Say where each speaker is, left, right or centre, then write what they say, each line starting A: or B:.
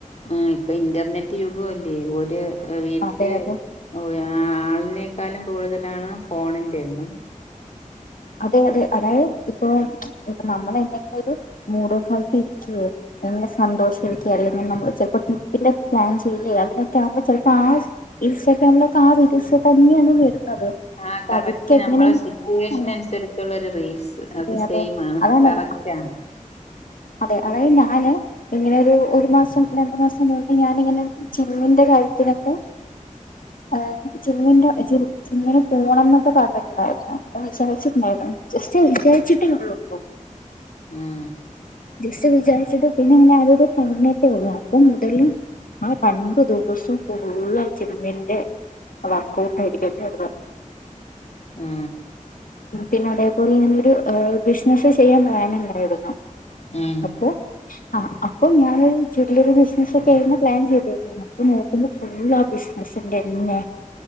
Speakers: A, on the left; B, on the left.
A: ആ ഇപ്പൊ ഇന്റർനെറ്റ് യുഗല്ലേ ഒരു വീട്ടില്
B: അതെ അതെ
A: ഒരാളിനെക്കാളും കൂടുതലാണ് ഫോണിന്റെ എണ്ണം
B: അതെ അതെ അതായത് ഇപ്പൊ ഇപ്പ നമ്മളെന്തെങ്കിലും ഒരു മൂഡ് ഓഫായിട്ട് ഇരിക്കോ അല്ലെങ്കി സന്തോഷമായിരിക്കെ അല്ലങ്കിൽ നമ്മ ചിലപ്പോ ട്രിപ്പിന്റെ പ്ലാൻ ചെയ്യേ അയി നൊക്കെ ആവുമ്പോ ചിലപ്പോ ആ ഇൻസ്റ്റാഗ്രാമിലൊക്കെ ആ റീൽസ് തന്നെയാണ് വരുന്നത്.
A: ആഹ് കറക്റ്റ്
B: അവർക്ക് എങ്ങനെ
A: നമ്മളെ ശരി - സിറ്റുവേഷനനുസരിച്ചുള്ളൊരു
B: ആ
A: റീൽസ് അത്
B: അതെ
A: സെയിംആണ്.
B: അതെ അതാണ്
A: കറക്റ്റ് ആണ്.
B: അതെ അതായത് ഞാന്. ഇങ്ങനെ ഒരു ഒരു മാസം രണ്ടു മാസം മുന്നെ ഞാനിങ്ങനെ ജിമ്മിന്റെ കാര്യത്തിനൊക്കെ.
A: <inaudible>
B: അതെ ജിമ്മിന്റെ ജിമ്മി- ജിമ്മിന് പോണംന്നൊക്കെ പറഞ്ഞിട്ടുണ്ടായിരുന്നു. അ വിചാരിച്ചിട്ടുണ്ടായിരുന്നു. ജസ്റ്റ് വിചാരിച്ചിട്ടേ ഉളളൂ. ട്ടോ
A: ആഹ്
B: ജസ്റ്റ് വിചാരിച്ചിട്ട് പിന്നെ ഇങ്ങനെ ആരോടോ പറഞ്ഞിട്ടേ ഉള്ളൂ അപ്പൊ മുതല്. ആ രണ്ടു ദിവസം ഫുള്ള് ജിമ്മിന്റെ. വർക്ക്ഔട്ട് ആയിരിക്ക വന്ന
A: ആഹ്
B: പിന്നെ അതെ പോലെ ഞാനൊരു ബിസിനസ്സ് ചെയ്യാൻ പ്ലാനുണ്ടായിരുന്നു.
A: ഉം
B: അപ്പൊ ആഹ് അപ്പം ഞാനൊരു ജ്വല്ലറി ബിസിനസ്സ് ഒക്കെ ആയിരുന്നു പ്ലാൻ ചെയ്തേക്കുന്നെ അപ്പൊ നോ - ക്കുമ്പോ ഫുള്ള് ആ ബിസിനസിന്റെന്നെ.